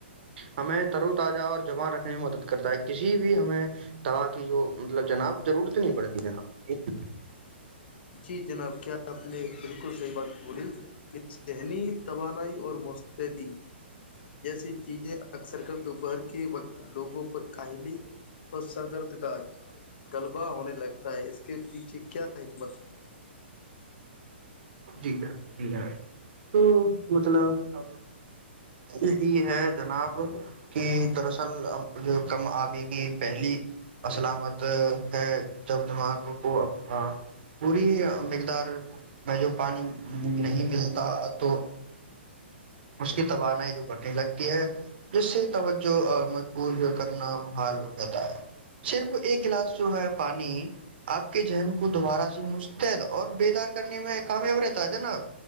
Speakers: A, on the right (about 60°); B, on the left (about 60°).
A: ہمیں ترو تازہ اور جما رکھنے میں مدد کرتا ہے کسی بھی ہمیں دوا کی جو مطلب جناب ضرورت نہیں پڑتی ہے ن
B: جی جناب کیا آپ نے بالکل صحیح بات وہڑی کچ ذہنی توانائی اور مستعدی جیسی چیزیں اکثر کر دوپہر کے وقت لوگوں پر کاہلی اور سر درد کا غلبہ ہونے لگتا ہے اس کے پیچھے کیا حکمت ہے اھ <inaudible>
A: جی س جی تو مطلب اب یہی ہے جناب کہ دراصل جو کم آبی کی پہلی اسلامت ہے جب دماغ کو پوری مقدار میں جو پانی نہیں ملتا تو اس کی توانائی جو گٹنے لگتی ہے جس سے توجہ مجبور کرنا محال ہو جاتا ہے صرف ایک گلاس جو ہے پانی آپ کے ذہن کو دوبارہ سے مستعد اور بیدار کرنے میں کامیاب رہتا جناب